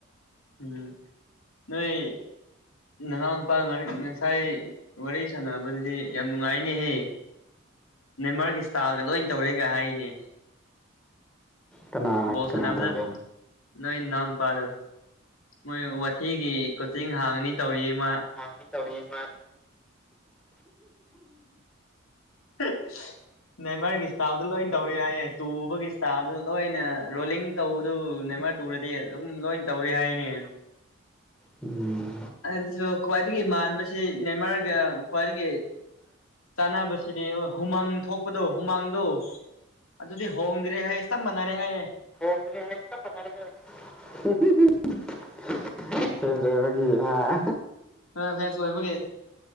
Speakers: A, on the left; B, in the centre.
A: ꯎꯝ ꯅꯣꯏ ꯅꯅꯥꯎ ꯅꯨꯄꯥ ꯉ ꯉꯁꯥꯏ ꯋꯥꯔꯤ ꯁꯥꯟꯅꯕꯗꯨꯗꯤ ꯌꯥꯝ ꯅꯨꯡꯉꯥꯏꯅꯦꯍꯦ ꯅꯦꯟꯃꯥꯔꯒꯤ ꯏꯁꯇꯥꯜꯒ ꯂꯣꯏ ꯇꯧꯔꯦ ꯍꯥꯏꯔꯤꯅꯦ
B: ꯀꯅꯥ
A: ꯕꯣꯜ
B: ꯀꯅꯥ
A: ꯁꯥꯟꯅꯕꯗ
B: ꯇꯧꯕ
A: ꯅꯣꯏ ꯅꯥꯎꯄꯥꯗꯣ ꯃꯣꯏ ꯋꯥꯊꯤꯒꯤ ꯀꯣꯆꯤꯡ ꯍꯥꯡꯅꯤ ꯇꯧꯔꯤꯌꯦ ꯃꯥ
B: ꯍꯥꯡꯅꯤ ꯇꯧꯔꯤꯌꯦ ꯃꯥ
A: <unintelligible> ꯅꯦꯃꯔꯒꯤ ꯏꯁꯇꯥꯥꯏꯜꯗꯨ ꯂꯣꯏ ꯇꯧꯔꯤ ꯍꯥꯏꯌꯦ ꯇꯨꯕꯒꯤ ꯏꯁꯇꯥꯥꯏꯜꯗꯨ ꯂꯣꯏꯅ ꯔꯣꯂꯤꯡ ꯇꯧꯕꯗꯨ ꯅꯦꯃꯥꯔ ꯇꯨꯔꯗꯤ ꯑꯗꯨꯝ ꯂꯣꯏ ꯇꯧꯔꯤ ꯍꯥꯏꯅꯤ
B: ꯎꯝ
A: ꯑꯗꯨꯁꯨ ꯈ꯭ꯋꯥꯏ ꯃꯥꯟꯕꯁꯤ ꯅꯦꯃꯥꯔꯒ ꯈ꯭ꯋꯥꯏꯗꯒꯤ ꯆꯥꯟꯅꯕꯁꯤ ꯁꯤꯗꯤ ꯍꯨꯃꯥꯡ ꯊꯣꯛꯄꯗꯣ ꯍꯨꯃꯥꯡꯗꯣ ꯑꯗꯨꯗꯤ ꯍꯣꯡꯗ꯭ꯔꯦ ꯍꯥꯏꯌꯦ ꯆꯞ ꯃꯥꯟꯅꯔꯦ ꯍꯥꯏꯌꯦ
B: <unintelligible> ꯍꯦꯟꯗꯕꯒꯤ ꯍꯥ
A: <unintelligible> ꯑꯣꯏꯕꯒꯤ